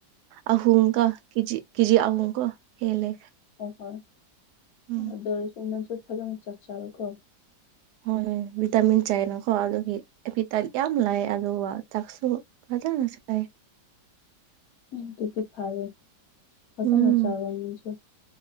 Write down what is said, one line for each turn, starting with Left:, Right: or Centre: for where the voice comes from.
Right: ꯑꯍꯨꯝꯀ ꯀꯦꯖꯤ ꯀꯦꯖꯤ ꯑꯍꯨꯝꯀꫭ ꯍꯦꯜꯂꯦ
Left: <unintelligible> ꯍꯣꯏ
Right: ꯎꯝ
Left: ꯑꯗꯨ ꯑꯣꯏꯔꯁꯨ ꯅꯪꯁꯨ ꯐꯖꯅ ꯆꯠꯆꯔꯣꯀꯣ
Right: ꯍꯣꯏ ꯍꫭꯏ ꯚꯤꯇꯥꯃꯤꯟ ꯆꯥꯏꯅꯀꯣ ꯑꯗꯨꯒꯤ <unintelligible> ꯌꯥꯝ ꯂꯥꯛꯏ ꯑꯗꯨꯒ ꯆꯥꯛꯁꯨ ꯐꯖꯅ ꯆꯥꯏ
Left: ꯑꯗꯨꯗꯤ ꯐꯔꯦ ꯐꯖꯅ
Right: ꯎꯝ
Left: ꯆꯥꯔꫭ ꯅꯪꯁꯨ